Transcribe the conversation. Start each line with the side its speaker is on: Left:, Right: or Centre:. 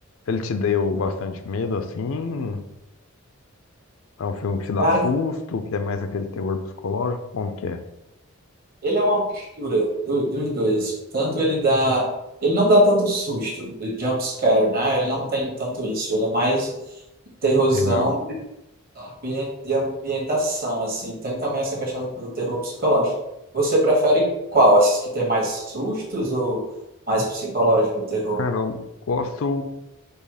Left: Ele te deu bastante medo, assim? É um filme que te dá
Right: Cara,
Left: susto, que é mais aquele terror psicológico? Como que é?
Right: ele é uma mistura do- dos dois. Tanto ele dá. Ele não dá tanto susto, do jump scare, né? Ele não tem tanto isso. Ele é mais terrorzão
Left: Legal.
Right: de ambien- de ambientação, assim. Tem também essa questão do terror psicológico. Você prefere qual? Esses que tem mais sustos ou mais psicológico o terror?
Left: Cara, eu gosto.